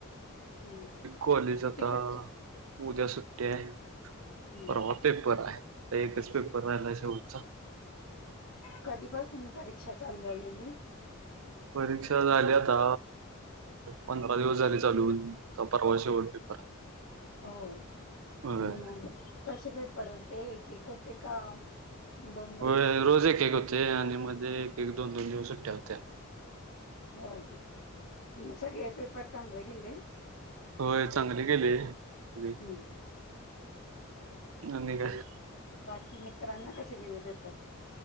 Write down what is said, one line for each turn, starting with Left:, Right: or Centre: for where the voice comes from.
Left: हम्म
Right: कॉलेज
Left: किती
Right: आता
Left: पेपर
Right: उद्या सुट्टी आहे
Left: बर
Right: परवा पेपर आहे एकच पेपर राहिलाय शेवट चा
Left: कधीपासून परीक्षा चालू झालेली
Right: परीक्षा झाली आता पंधरा दिवस झाली चालू परवा शेवट पेपर आहे
Left: हो
Right: होय.
Left: म कसे पेपर होत ते एकेक होते का? दोन दोन
Right: होय. रोज एकेक होत ते आणि मध्ये एक एक, दोन दोन दिवस सुट्टया होत्या.
Left: <unintelligible> म सगळे पेपर चांगले गेले.
Right: होय चांगले गेले सगळे
Left: हम्म
Right: आणि काय?
Left: की मित्रांना कसे गेले पेपर?